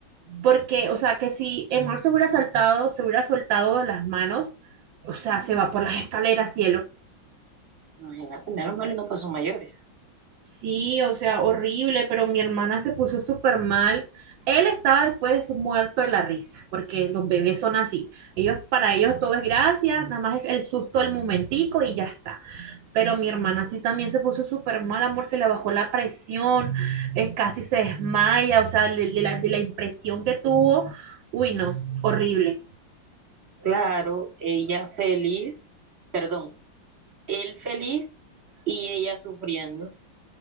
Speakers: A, on the right; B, on the right.
A: porque o sea, que si Manuel se hubiera saltado, se hubiera soltado de las manos, o sea, se va por las escaleras, cielo.
B: Imagínate, menos mal y no pasó mayores.
A: Sí, o sea, horrible, pero mi hermana se puso súper mal. Él estaba después muerto de la risa, porque los bebés son así. Ellos, para ellos todo es gracia, nada más es el susto del momentico y ya está. Pero mi hermana sí también se puso súper mal, amor, se le bajó la presión, eh, casi se desmaya, o sea, de de la, de la impresión que tuvo. Uy, no, horrible.
B: Claro, ella feliz, perdón, él feliz y ella sufriendo.